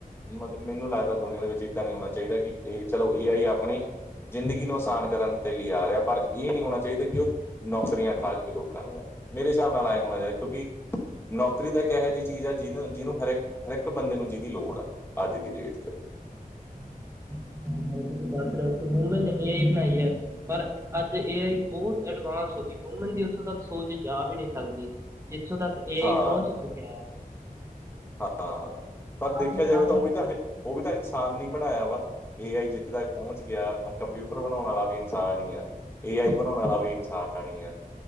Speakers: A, on the left; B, on the right.
A: ਮ ਮੈਨੂੰ ਲੱਗਦਾ ਦੁਨੀਆਂ ਦੇ ਵਿੱਚ ਏਦਾਂ ਨਹੀਂ ਹੋਣਾ ਚਾਹੀਦਾ ਕਿ ਇਹ ਚਲੋ ਇਹ ਆਈ ਆਪ। ਆਪਣੇ ਜ਼ਿੰਦਗੀ ਨੂੰ ਆਸਾਨ ਕਰਨ ਦੇ ਲਈ ਆ ਰਿਹਾ ਪਰ ਇਹ ਨਹੀਂ ਹੋਣਾ ਚਾਹੀਦਾ ਕਿ ਉਹ ਨੌਕਰੀਆਂ ਖਾ ਜਾਵੇਂ ਲੋਕਾਂ ਦੀਆਂ। ਮੇਰੇ ਹਿਸਾਬ ਨਾਲ ਐ ਹੋਣਾ ਚਾਹੀਦਾ ਕਿਉਂਕਿ। ਨੌਕਰੀ ਤਾਂ ਇੱਕ ਇਹੋ ਜਿਹੀ ਚੀਜ਼ ਆ ਜਿਹਨੂੰ -ਜਿਹਨੂੰ, ਹਰਿੱਕ- ਹਰਿੱਕ ਬੰਦੇ ਨੂੰ ਜੀ ਦੀ ਲੋੜ ਆਂ ਅੱਜ ਦੀ ਡੇਟ ਚ।
B: <unintelligible> ਹਾਂਜੀ-ਹਾਂਜੀ ਤੁਸੀਂ ਦੱਸ ਰਹੇ ਹੋ ਵੂਮੈਨ ਨੇ ਏ ਆਈ ਬਣਾਈ ਏ ਪਰ ਅੱਜ ਏ ਆਈ ਬਹੁਤ ਐਡਵਾਂਸ। ਦੱਸੋ ਕੀ ਹੁਮਨ ਦੀ ਉੱਥੋਂ ਤੱਕ ਸੋਚ ਜਾ ਵੀ ਨਹੀਂ ਸਕਦੀ ਜਿੱਥੋਂ ਤੱਕ ਏ ਆਈ
A: ਹਾਂ
B: ਪਹੁੰਚ ਚੁੱਕਿਆ ਏ।
A: ਹਾਂ ਪਰ ਦੇਖਿਆ
B: ਆਹੀ
A: ਜਾਵੇ
B: ਆਹੀ
A: ਤਾਂ ਉਹ ਵੀ ਤਾਂ ਹੈ, ਉਹ ਵੀ ਤਾਂ ਇਨਸਾਨ ਨੀਂ। ਬਣਾਇਆ ਵਾ ਏ ਆਈ ਜਿੱਥੇ ਤੱਕ ਪਹੁੰਚ ਗਿਆ ਕੰਪਿਊਟਰ ਬਣਾਉਣ ਆਲਾ ਵੀ ਇਨਸਾਨ ਹੀ ਆ। ਏ ਆਈ ਬਣਾਉਣ ਵਾਲਾ ਵੀ ਇਨਸਾਨ ਈ ਆਂ ਹੈ